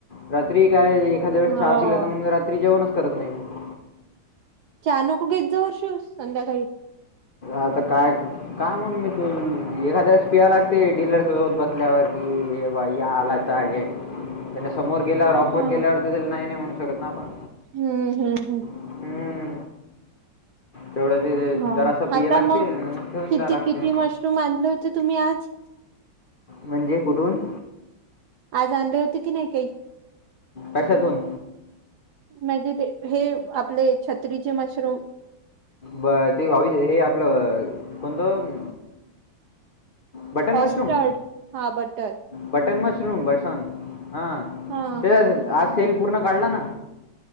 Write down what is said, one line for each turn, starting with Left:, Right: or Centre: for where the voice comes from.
Left: रात्री काय एखाद्या वेळेस
Right: हो
Left: चहा पिला तर मग रात्री जेवणच करत नाही म
Right: चानूक घेत जा वर्षू संध्याकाळी
Left: आता काय काय म्हणून मी तू एखाद्यास पि लागते डीलरसोत बसल्यावर कि बा या आला त्या समोर केल्यावर ऑफर
Right: हा
Left: केल्यावर तरला नाही नाही म्हणू शकत ना आपण
Right: हम्म हम्म हम्म
Left: हम्म. तेवढं ते
Right: हा
Left: जरासं पिया
Right: आता
Left: लागते
Right: मग
Left: ठेवून
Right: किती
Left: द्या लागते
Right: किती मशरूम आणले होते तुम्ही आज
Left: म्हणजे कुठून
Right: आज आ आणध होते की नाही काही
Left: कशातून
Right: म्हणजे ते हे आपले छत्रीचे मशरूम
Left: ब ते आवी हे आपलं कोणतं बटन मशरूम
Right: ॉस्टर्ड हा बटर
Left: बटन मशरूम बसव हा
Right: हा
Left: त्या आज सेल पूर्ण काढला ना